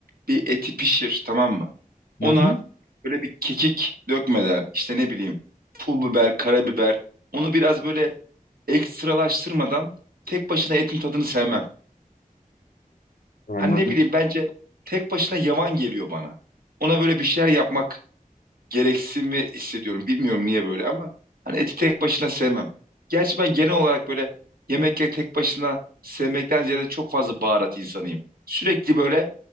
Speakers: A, on the right (about 85°); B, on the left (about 75°).
A: bir eti pişir tamam mı? Ona
B: Hı hı.
A: böyle bir kekik dökmeden işte ne bileyim pul biber, karabiber onu biraz böyle ekstralaştırmadan tek başına etin tadını sevmem.
B: Anladım.
A: Hani ne bileyim bence tek başına yavan geliyor bana. Ona böyle bir şeyler yapmak gereksinimi hissediyorum. Bilmiyorum niye böyle ama hani eti tek başına sevmem. Gerçi ben genel olarak böyle yemekleri tek başına sevmekten ziyade çok fazla baharat insanıyım. Sürekli böyle